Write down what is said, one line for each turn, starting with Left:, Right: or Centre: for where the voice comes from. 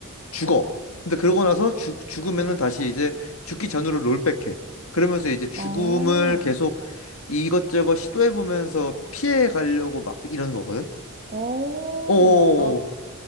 Left: 죽어. 근데 그러고 나서 죽, 죽으면은
Right: 어.
Left: 다시 이제 죽기 전으로 롤백해. 그러면서 이제 죽음을
Right: 어,
Left: 계속 이것저것 시도해보면서 피해 가려고 막 이러는 거거든?
Right: 어.
Left: 오,
Right: 나,